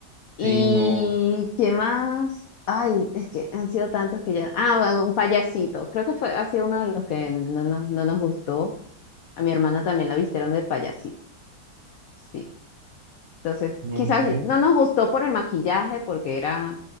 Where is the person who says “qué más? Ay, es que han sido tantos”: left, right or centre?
Left